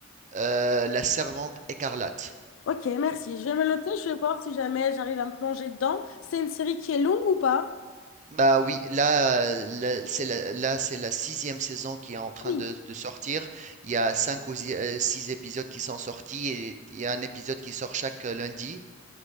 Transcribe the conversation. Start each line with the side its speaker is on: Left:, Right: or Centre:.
Right: Euh, La Servante écarlate.
Left: Ok, merci. Je vais me le noter. Je vais voir si jamais j'arrive à me plonger dedans. C'est une série qui est longue ou pas?
Right: Bah oui, là, euh, là, c'est la, là, c'est la sixième saison qui est en train
Left: Oui.
Right: de, de sortir. Il y a cinq ou six euh, six épisodes qui sont sortis et il y a un épisode qui sort chaque euh, lundi.